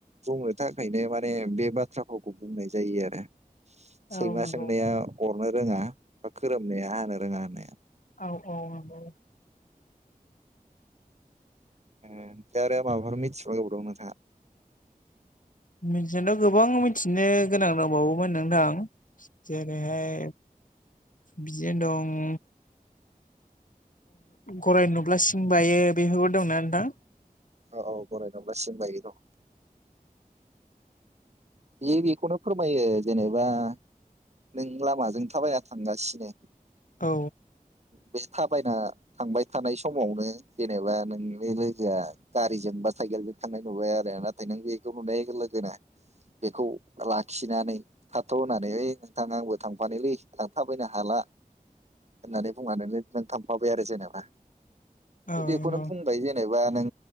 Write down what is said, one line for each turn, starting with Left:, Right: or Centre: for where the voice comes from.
Right: बुंनो थाखायनो माने बे बाथ्रा फावखौ बुंनाय जायो आरो।
Left: औ
Right: सैमा
Left: नंगौ
Right: सोंनाया अरनो रोङा बा खोरोमनाया हानो रोङा होननाया
Left: औ औ औ नंगौ
Right: ओमफ्राय आरो माबाफोर मिथिबावनो <unintelligible> दं नोंथाङा
Left: मिथिनो गोबां मिथिनो गोनां दंबावोमोन नोंथां। जेरैहाय बिदिनो दं गराय नुब्ला सिं बायो बेफोरबो दंना नोंथां?
Right: अ औ गराइ नुब्ला सिं बायो दं। बियो बेखौनो फोरमायो जेनेबा नों लामाजों थाबायना थांगासिनो
Left: औ।
Right: बे थाबायना थांबाय थानाय समावनो जेनेबा नोंनि बे लोगोआ गारिजों बा साइकेलजों थांनाय नुबाय आरो ना ओमफाय नों बेखौ नुनाय लोगो लोगो नो बेखौ लाखिनानै ओइ थाथ' होननानै ओइ नोंथां आंबो थांफानोलै आं थाबायनो हाला होननानै बुनानै नों थांफाबाय आरो जेनेबा
Left: औ
Right: बेखौनो
Left: नंगौ
Right: बुंनो ओमफाय जेनेबा नों